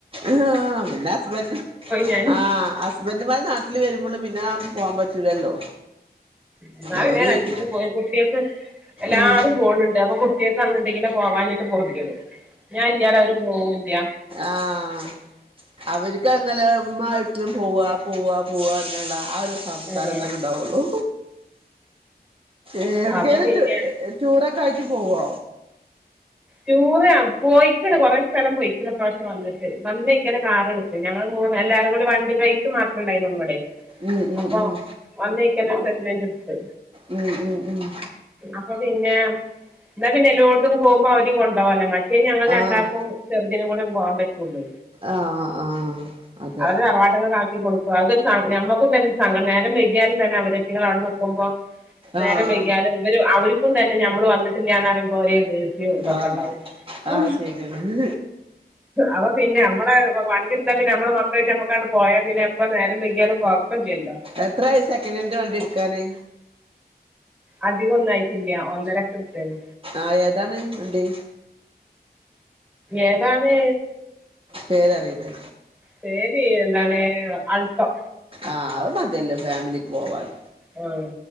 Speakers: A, on the right; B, in the centre.
A: ആഹ പിന്നെസ്ബന്റും
B: ഞാന്
A: ആഹ് ബന്റ്മാര് നാട്ടില് വരുമ്പോള് പിന്നെ പോകാൻ പറ്റൂലല്ലോ
B: ന്നാലെ
A: അവര്
B: ഞാൻ രണ്ടീസം
A: വരും
B: പോയ് കുട്യേക്ക് എല്ലാരും
A: ഉം
B: പോണ്ണ്ട് അപ്പൊ കു ട്ട്യേക്ക് എങ്ങട്ടെങ്കിലു പോവാഞ്ഞിട്ട് പൊർത്യേട് ഞാൻ ല്ലാതെ അവര് പോവൂല്ല്യ
A: ആഹ് അവർക്ക് ങ്ങനെ മ്മായിട്ട് പോവാ പോവാ പോവാ ന്നുള്ള ആ ഒരു സംസാരം
B: ഉം
A: തന്നെ ണ്ടാവുള്ളൂ ഏട്ക്കേലൊക്കെ
B: അപ്പൊ പിന്നെ
A: ടൂറൊക്കായിട്ട് പോവോ
B: ടൂറ് പോയിക്കണ് കൊറേ സ്ഥലം പോയിക്കണ ഇപ്രാവശ്യം വന്നിട്ട് വന്നൈക്ക്ന് കാറെട്ത്ത് ഞങ്ങൾ മൂന്ന് എല്ലാരും കൂടി വണ്ടി ബേക്ക് മാത്ര ണ്ടായിരുന്നൊള്ളുവെടെ
A: ഉം ഉം
B: അപ്പൊ
A: ഉം
B: വന്നേയ്ക്കന്നെ ഒരു സെക്കനെന്റ് ട്ത്
A: മ് മ് മ്
B: അപ്പൊ പിന്നെ ന്നാ പിന്നെ ല്ലോട്ത്തും പോകുമ്പോ അവരിം കൊണ്ടോാവല്ലോ മറ്റെ ല് ഞങ്ങൾ
A: ആഹ്
B: രണ്ടാക്കും ചെറ്തിനും കൂടി പോവാൻ പറ്റുള്ളൂ
A: ആഹ് ആഹ് അതെ
B: അവടെ തറവാട്ടിനേക്കാ ക്കി കൊട്ക്കും അതൊരു സ ഞമ്മക്കുംപിന്നെ ഒരു സങ്കടം തന്നെ നേരം വെക്യാലു തന്നെ അവരെറ്റിങ്ങള് അവിടെ ന്ന്ക്കുമ്പോ നേരം
A: ആഹ്
B: വെക്യാലു വര് അവർക്കും തന്നെ നമ്മള് വന്നിട്ടില്ലാന്ന്റിമ്പോ ഒര് ദേശ്യോ തൊക്കെ
A: ആഹ്
B: ണ്ടാവും
A: ആഹ് ശരിയാണ്
B: അപ പിന്നെ അമ്മളെ വണ്ടി പിന്നെ അമ്മളെ മക്കളായ്ട്ട മ്മക്കാട് പോയാ പിന്നെ എപ്പ നേരം ബെക്യാലും കൊയപ്പല്ലല്ലോ
A: എത്രായി സെകനെൻഡ് വണ്ട്യേട്ക്കാന്
B: അധികൊന്നായിട്ടില്ല ഒന്നരക്കെട്ത്തേന്
A: ആഹ് ഏതാണ് വണ്ടി
B: ഏതാണ്
A: പേരറിയില്ലേ
B: പേര് എന്താണ് അൾട്ടോ.
A: ആഹ് അത് മതിയല്ലോ ഫാമിലിക്ക് പോവാന്
B: ആഹ്